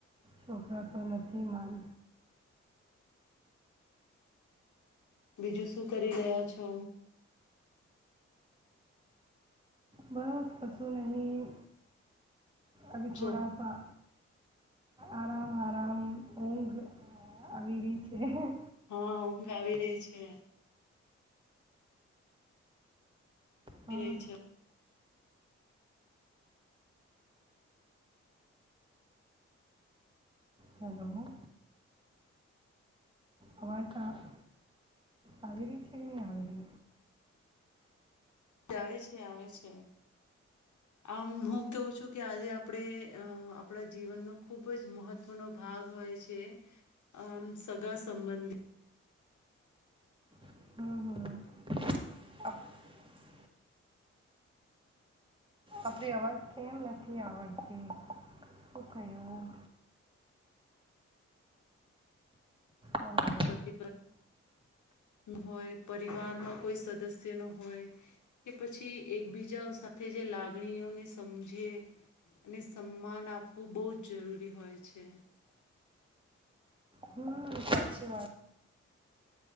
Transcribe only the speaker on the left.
બીજું, શું કરી રહ્યા છો.
છો?
હા, ઊંઘ આવી રહી છે.
રહી છે.
આવે છે, આવે છે આમ હું, કવું છું કે આજે આપણે અ આપણા જીવનનો ખુબજ મહત્વનો ભાગ હોય છે, આમ સગા સંબંધી
પતિ હોય, પરિવારમાં કોઈ સદસ્ય ન હોય, કે પછી એકબીજા સાથે જે લાગણીઓને સમજી અને સન્માન આપવું બહુજ જરૂરી હોય છે.